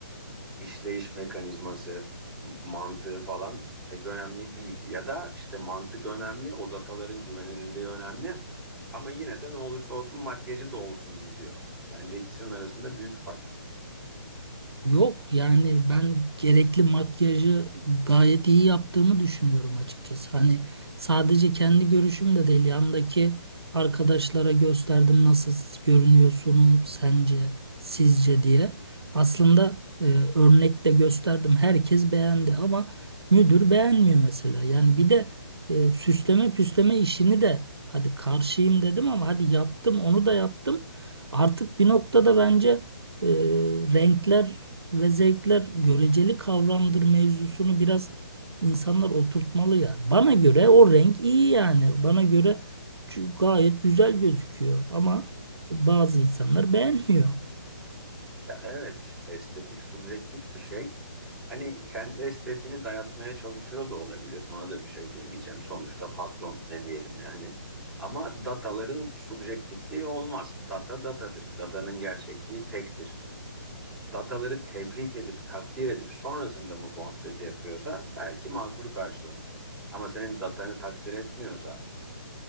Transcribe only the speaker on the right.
Yok yani ben gerekli makyajı gayet iyi yaptığımı düşünüyorum açıkçası. Hani sadece kendi görüşüm de değil yandaki arkadaşlara gösterdim nasıl görünüyor sunum sence sizce diye. Aslında e, örnek de gösterdim herkes beğendi ama müdür beğenmiyor mesela. Yani bir de e, süsleme püsleme işini de hadi karşıyım dedim ama hadi yaptım onu da yaptım. Artık bir noktada bence e, renkler ve zevkler göreceli kavramdır mevzusunu biraz insanlar oturtmalı ya. Bana göre o renk iyi yani. Bana göre çü- gayet güzel gözüküyor ama bazı insanlar beğenmiyor.